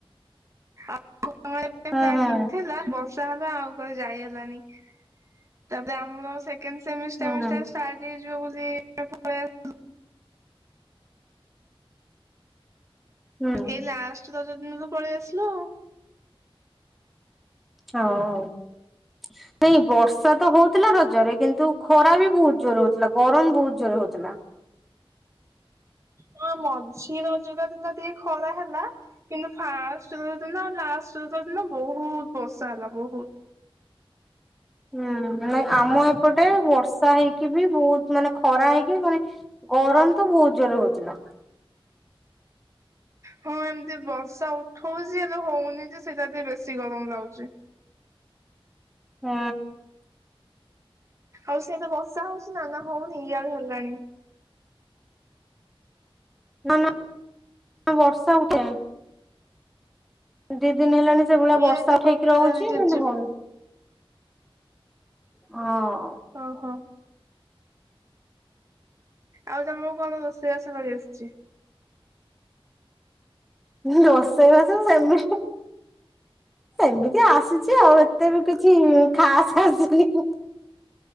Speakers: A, on the right (about 30°); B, in the centre.
A: <unintelligible>
B: ହୁଁ
A: ପ୍ଲାନିଂ
B: ହୁଁ
A: ଥିଲା ବ ର୍ଷା ହେଲା ଆଉ ଯାଇ ହେଲାନି। ତାପରେ ଆମର ସେକେଣ୍ଡ ସେମିଷ୍ଟାର
B: ହୁଁ
A: ସେମିଷ୍ଟାର ଷ୍ଟାର୍ଟ ହେଇଏଯିବ ବୋଲି <unintelligible>
B: ହୁଁ।
A: ଏଇ ଲାଷ୍ଟ ରଜ ଦିନ ତ ପଳେଇ ଆସିଲ ଆଉ
B: ହଁ। ନାଇଁ ବର୍ଷା ତ ହଉଥିଲା ରଜରେ କିନ୍ତୁ ଖରା ବି ବହୁତ ଜୋର ହଉଥିଲା ଗରମ ବହୁତ ଜୋର ହଉଥିଲା।
A: ହଁ ମଝି ରଜଟା ଦିନ ଟିକେ ଖରା ହେଲା କିନ୍ତୁ ଫାଷ୍ଟ ରଦ ଦିନ ଆଉ ଲାଷ୍ଟ ରଦ ଦିନ ବହୁତ ବର୍ଷା ହେଲା ବହୁତ।
B: ହୁଁ ନାଇଁ ଆମ ଏପଟେ ବର୍ଷା ହେଇକି ବି ବହୁତ ମାନେ ଖରା ହେଇକି ମାନେ ଗରମ ତ ବହୁତ ଜୋରେ ହଉଥିଲା।
A: ହଁ ଏମିତି ବର୍ଷା ଉଠଉଛି ହେଲେ ହଉନି ଯେ ସେଇଟା ବେଶୀ ଗରମ ଲାଗୁଚି।
B: ହୁଁ।
A: ଆଉ ସିଆଡେ ବର୍ଷା ହଉଚି ନା ନା ହଉନି ଇଆଡେ ହେଲାଣି।
B: ନା ନା ବର୍ଷା ଉଠେ। ଦି ଦିନ ହେଲାଣି ସେଇଭଳିଆ
A: ଇଆଡେ
B: ବର୍ଷା ଉଠେଇକି
A: ପକେଇଲାଣି
B: ରହୁଚି
A: ଝିପ୍
B: କିନ୍ତୁ
A: ଝିପ୍
B: ହଉନି। ହଁ।
A: ଅହ। ଆଉ ତମକୁ କଣ ରୋଷେଇବାସ କରି ଆସିଚି?
B: ରୋଷେଇବାସ ସେମି ହେମିତି ଆସିଚି ଆଉ ଏତେ ବି କିଛି ଖାସ ଆସିନି।